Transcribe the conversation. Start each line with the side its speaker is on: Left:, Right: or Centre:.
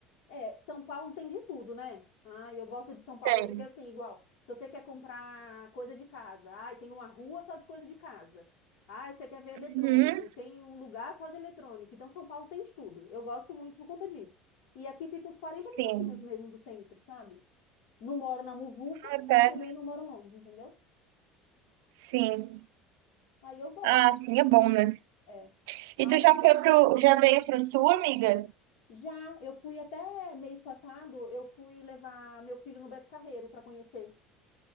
Left: É, São Paulo tem de tudo, né? Ah, eu gosto de São Paulo
Right: Tem.
Left: porque, assim, igual, se você quer comprar coisa de casa, ai, tem uma rua só de coisa de casa. Ai, você quer ver eletrônico,
Right: Uhum.
Left: tem um lugar só de eletrônico. Então, São Paulo tem de tudo. Eu gosto muito por conta disso. E aqui fica uns quarenta
Right: Sim.
Left: minutinhos mesmo do centro, sabe? Não moro na Muvuca,
Right: Ah,
Left: mas
Right: tá.
Left: também não moro longe, entendeu?
Right: Sim.
Left: Aí eu gosto,
Right: Ah, sim, é bom, né?
Left: é. Aí
Right: E tu
Left: eu
Right: já
Left: go-
Right: foi pro, já veio pro Sul, amiga?
Left: Já, eu fui até mês passado, eu fui levar meu filho no Beto Carreiro para conhecer.